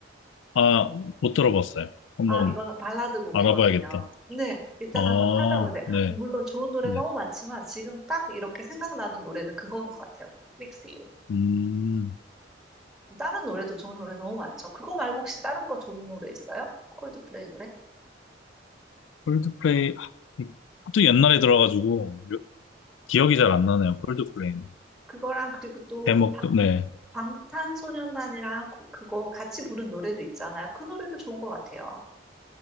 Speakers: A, on the left; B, in the centre.
A: 아, 못 들어봤어요. 한번
B: 아, 이거는 발라드 곡이거든요.
A: 알아봐야겠다.
B: 네, 이따가
A: 아,
B: 한번 찾아보세요.
A: 네,
B: 물론 좋은 노래
A: 네.
B: 너무 많지만 지금 딱 이렇게 생각나는 노래는 그건 것 같아요. Fix You.
A: 음,
B: 다른 노래도 좋은 노래 너무 많죠. 그거 말고 혹시 다른 거 좋은 노래 있어요? 콜드플레이 노래?
A: 콜드플레이. 하, 이- 하도 옛날에 들어가지고 요- 기억이 잘 안 나네요. 콜드플레이는.
B: 그거랑 그리고 또
A: 제목도,
B: 방,
A: 네.
B: 방탄소년단이랑 코- 그거 같이 부른 노래도 있잖아요. 그 노래도 좋은 것 같아요.